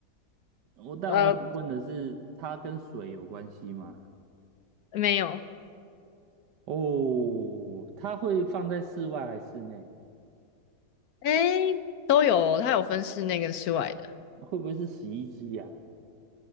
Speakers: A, on the right (about 85°); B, on the left (about 70°).
A: 我但我想问的是，
B: 呃，
A: 它跟水有关系吗？
B: 没有，
A: 哦，它会放在室外还是室内？
B: 诶，都有哦它有分室内跟室外的，
A: 会不会是洗衣机呀、